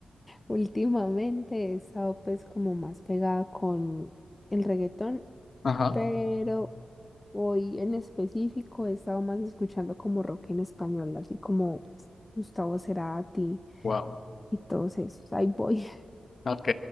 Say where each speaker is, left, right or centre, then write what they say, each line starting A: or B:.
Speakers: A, on the left (about 25°); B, on the left (about 55°).
A: Últimamente he estado pues como más pegada con el reggaetón,
B: Ajá,
A: pero hoy en específico he estado más escuchando como rock en español, así como Gustavo Cerati
B: wow.
A: y todos esos. Ahí voy.
B: Ok,